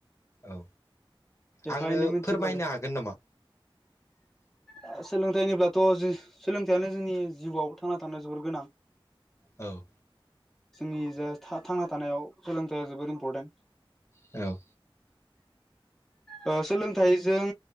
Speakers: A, on the left; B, in the centre.
A: औ
B: एफा
A: आंनो
B: एनै मोनथिगौ
A: फोरमायनो हागोन नामा
B: ओ सोलोंथाइ होनब्लाथ' जों सोलोंथाइयानो जोंनि जिउआव थांना थानो जोबोर गोनां
A: औ
B: जोंनि जा थांना थानायाव सोलोंथाइया जोबोद इम्परटेन्ट
A: औ
B: ओ सोलोंथाइजों